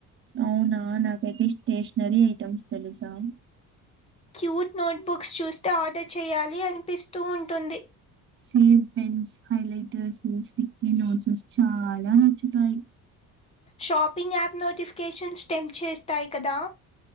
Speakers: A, on the right (about 35°); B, on the left (about 20°).
A: అవునా నాకైతే స్టేషనరీ ఐటమ్స్ తెలుసా
B: క్యూట్ నోట్బుక్స్ చూస్తే ఆర్డర్ చేయాలి అనిపిస్తూ ఉంటుంది
A: same pens highlighters stick notes చాలా నచ్చుతాయి
B: షాపింగ్ యాప్ నోటిఫికేషన్ స్టెంప్ చేస్తాయి కదా